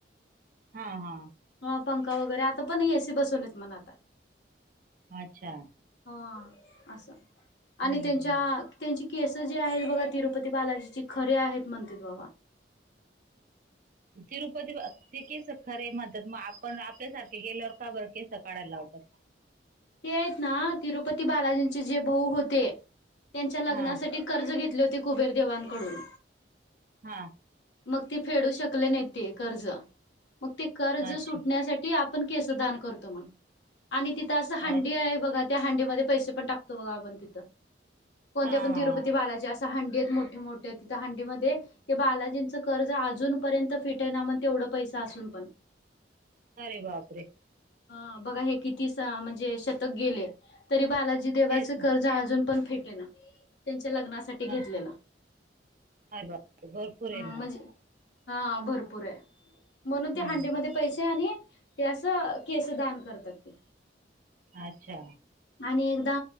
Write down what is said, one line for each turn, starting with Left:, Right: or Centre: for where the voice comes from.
Right: हा हा
Left: ह पंखा वगैरे, आता पण ए सी बसवलेत म्हण आता.
Right: अच्छा
Left: हा अस
Right: हम्म
Left: आणि त्यांच्या
Right: हम्म
Left: त्यांची केस जी आहेत बघा, तिरुपती बालाजीची खरे आहेत म्हणतेत बाबा. <inaudible>
Right: तिरुपती ते केस खरे म्हणतात, मग आपण आपल्यासारखे गेल्यावर का बरं केस काढायला लावतात?
Left: ते आहेत ना तिरुपती बालाजींचे जे भाऊ होते त्यांच्या लग्नासाठी
Right: हा
Left: कर्ज घेतले होती कुबेर देवांकडून
Right: हा
Left: मग ते फेडू शकले नाही ते कर्ज मग ते कर्ज
Right: अच्छा
Left: सुटण्यासाठी आपण केस दान करतो मग आणि तिथं असं हंडी
Right: अच्छा
Left: आहे बघा त्या हंडी मध्ये पैसे पण टाकतो बघा आपण तिथ कोणत्या
Right: हा
Left: पण
Right: हा
Left: तिरुपती बालाजी अस हंडी आहेत मोठे मोठे तिथ हंडीमध्ये ते बालाजींचं कर्ज अजूनपर्यंत फिटे ना, म्हण तेवढं पैसा असून पण
Right: अरे बापरे!
Left: हा बघा हे किती सा म्हणजे शतक गेले तरी बालाजी देवाच
Right: तेच
Left: कर्ज जा अजून पण फिटे ना त्यांच्या लग्नासाठी घेतलेलं.
Right: ह अरे बापरे भरपूर आहे
Left: हम्म
Right: मग
Left: म्हणजे हा भरपूर आहे. म्हणून ते
Right: हम्म
Left: हांडीमध्ये पैसे आणि ते असं केस दान करतात ते
Right: अच्छा
Left: आणि एकदा